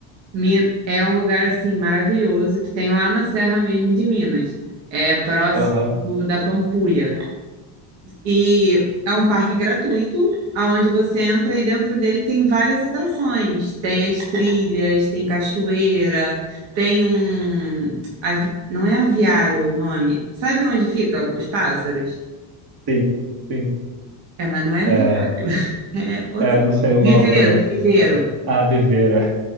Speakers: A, on the right; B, on the right.
A: Mi- é um lugar assim maravilhoso que tem lá na Serra mesmo de Minas. É próximo
B: Aham,
A: da Pampulha. E é um parque gratuito, onde você entra e dentro dele tem várias atrações. Tem as trilhas, tem cachoeira, tem um. avi- Não é aviário o nome. Sabe onde fica os pássaros?
B: Sim, sim.
A: É, mas não é
B: É,
A: aviário, é outra.
B: é, eu não sei o nome
A: Viveiro,
B: também.
A: viveiro.
B: É. Ah, Viveira.